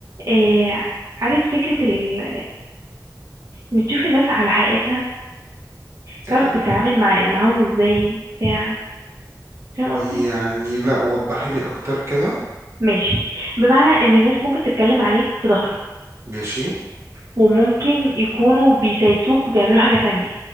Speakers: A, on the right; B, on the right.
A: آه عارف فكرة ال... إن تشوف الناس على حقيقتها تعرف
B: أه
A: تتعامل مع... معاهم ازاي بتاع فاهم
B: يعني
A: قصدي
B: لا وضحي لي أكتر كده
A: ماشي بمعنى ان الناس ممكن تتكلم عليك في ظهرك
B: ماشي
A: وممكن يكونوا بيسايسوك وبيعملوا حاجة تانية